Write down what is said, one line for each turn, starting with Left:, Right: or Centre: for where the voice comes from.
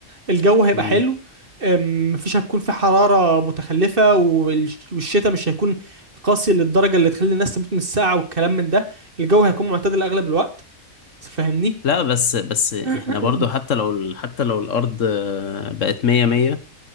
Right: الجو هيبقى
Left: مم.
Right: حلو أم، مفيش هتكون في حرارة متخلفة والش- والشتاء مش هيكون قاسي للدرجة اللي تخلي الناس تموت من السقعة والكلام من ده الجو هيكون معتدل أغلب الوقت تفهمني
Left: لا بس بس احنا
Right: <clears throat>
Left: برضو حتى لو ال- حتى لو الأرض آه، بقت مية مية